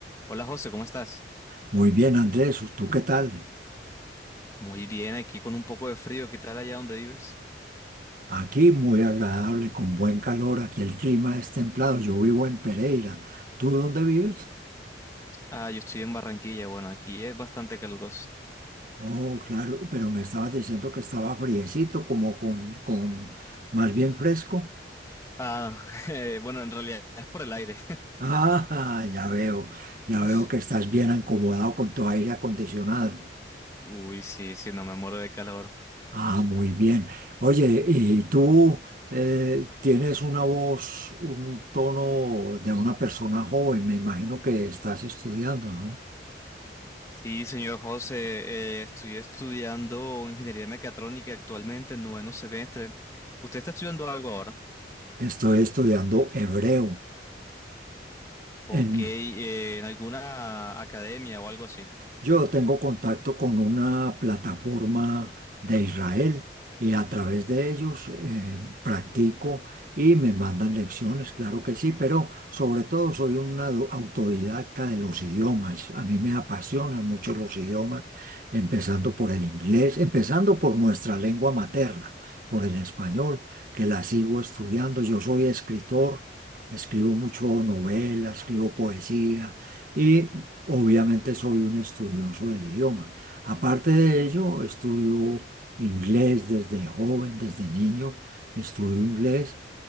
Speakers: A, on the left (about 15°); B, on the right (about 50°).
A: Hola José, ¿cómo estás?
B: Muy bien, Andrés, ¿tú qué tal?
A: Muy bien, aquí con un poco de frío. ¿Qué tal allá donde vives?
B: Aquí muy agradable, con buen calor, aquí el clima es templado, yo vivo en Pereira. ¿Tú dónde vives?
A: Ah, yo estoy en Barranquilla. Bueno, aquí es bastante caluroso.
B: Oh, claro, pero me estabas diciendo que estaba friecito, como con, con más bien fresco. <laughs>
A: Ah, <laughs> eh, bueno, en realidad es por el aire.
B: Ah, ya veo, ya
A: <laughs>
B: veo que estás bien
A: Sí.
B: acomodado con tu aire acondicionado.
A: Uy, sí, sí, no me muero de calor.
B: Ah, muy bien. Oye, ¿y tú eh, tienes una voz, un tono de una persona joven? Me imagino que estás estudiando, ¿no?
A: Sí, señor José, eh, estoy estudiando ingeniería mecatrónica actualmente en noveno semestre. ¿Usted está estudiando algo ahora?
B: Estoy estudiando hebreo
A: Ok,
B: en,
A: eh, en alguna academia o algo así.
B: Yo tengo contacto con una plataforma de Israel y a través de ellos eh, practico y me mandan lecciones, claro que sí, pero sobre todo soy un ado- autodidacta de los idiomas. A mí me apasionan mucho los idiomas, empezando por el inglés, empezando por nuestra lengua materna, por el español, que la sigo estudiando. Yo soy escritor, escribo mucho novela, escribo poesía. Y obviamente soy un estudioso del idioma. Aparte de ello, estudio inglés desde joven, desde niño, estudio inglés.